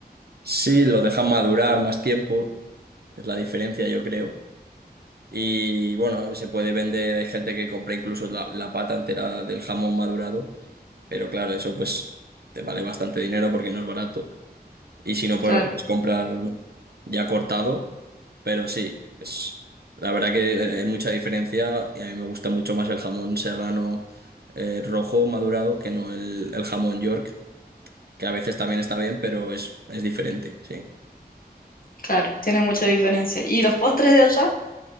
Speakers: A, on the right; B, on the left.
A: Sí, lo dejan madurar más tiempo, es la diferencia yo creo. Y bueno, se puede vender, hay gente que compra incluso la, la pata entera del jamón madurado, pero claro, eso pues te vale bastante dinero porque no es barato. Y si no, pues
B: Claro,
A: lo puedes comprar ya cortado. Pero sí, es la verdad que eh, hay mucha diferencia y a mí me gusta mucho más el jamón serrano eh, rojo madurado que no el, el jamón York, que a veces también está bien, pero es, es diferente, sí.
B: claro. Tiene mucha diferencia. ¿Y los postres de allá?